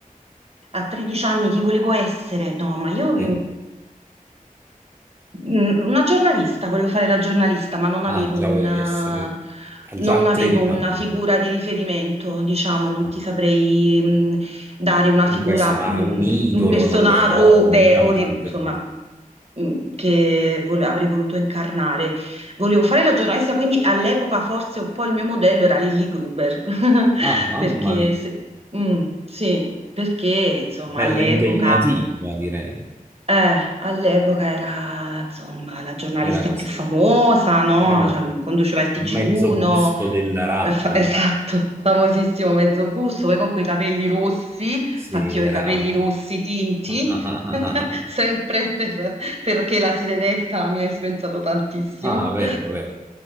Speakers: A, on the right; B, on the right.
A: A 13 anni chi volevo essere? No, ma io.
B: Sì.
A: Mm, Una giornalista, volevo fare la giornalista, ma non
B: Ah,
A: avevo
B: già
A: un,
B: volevi
A: eh,
B: essere, già
A: non
B: a
A: avevo
B: 13
A: una
B: anni.
A: figura di riferimento, diciamo, non
B: Ah,
A: ti saprei mm, dare una figura,
B: Un personaggio,
A: mm,
B: un idolo,
A: un personaggio
B: non lo so,
A: o, beh,
B: un cantante.
A: o re- insomma, mm, che vole- avrei voluto incarnare. Volevo fare la giornalista, quindi all'epoca forse un po' il mio modello era Lily Gruber, <laughs>
B: Ah, mamma
A: perché
B: mia,
A: se- mm, sì, perché insomma
B: bella
A: all'epoca.
B: impegnativa, direi.
A: Eh, all'epoca era, insomma, la giornalista
B: Era così.
A: più famosa, no?
B: Eh, vabbè.
A: Cioè, conduceva il TG1,
B: Mezzo busto della Rai.
A: eh, fa- <laughs> esatto, famosissimo Mezzobusto, poi con quei capelli rossi, infatti
B: Sì,
A: io
B: era...
A: ho i capelli rossi tinti,
B: <laughs>
A: <laughs> sempre per- perché la sirenetta mi ha influenzato tantissimo.
B: Ah, vero, vero.